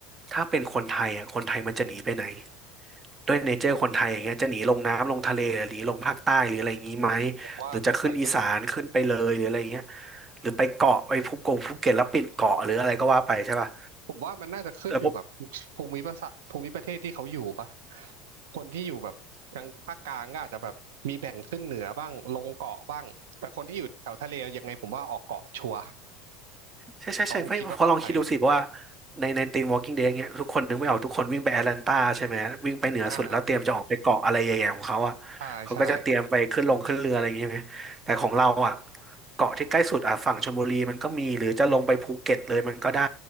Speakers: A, on the right; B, on the right.
A: ถ้าเป็นคนไทยอะคนไทยมันจะหนีไปไหน ด้วยเนเจอร์คนไทยอย่างเงี้ยจะหนีลงน้ำลงทะเลหรือหนีลงภาคใต้หรืออะไรอย่างงี้ไหม
B: ผมว่าไป
A: หรือจะขึ้นอีสานขึ้นไปเลยหรืออะไรอย่างเงี้ยหรือไปเกาะไปภูกงภูเก็ตแล้วปิดเกาะหรืออะไรก็ว่าไปใช่ป่ะ
B: ผมว่ามันน่าจะขึ้นอยู่กับ
A: แต่ผม
B: ภูมิประเทศภูมิประเทศที่เขาอยู่ปะคนที่อยู่แบบทางภาคกลางก็อาจจะแบบมีแบ่งขึ้นเหนือบ้างลงเกาะบ้างแต่คนที่อยู่แถวทะเลยังไงผมว่าออกเกาะชัวร์
A: ใช่ใช่ใช่ไม่พอลองคิดดูสิเพราะว่า
B: เขาคงคิดว่าปลอดภัย
A: ในในทีม Walking Dead เงี้ยทุกคนนึกไม่ออกทุกคนวิ่งไปแอตแลนตาใช่ไหมวิ่งไปเหนือสุดแล้วเตรียมจะออกไปเกาะอะไรใหญ่ๆของเขาอ่ะ
B: อ่าใช่ใช่
A: เขาก็จะเตรียมไปขึ้นลงขึ้นเรืออะไรอย่างเงี้ยไหมแต่ของเราอ่ะเกาะที่ใกล้สุดอ่ะฝั่งชลบุรีมันก็มีหรือจะลงไปภูเก็ตเลยมันก็ได้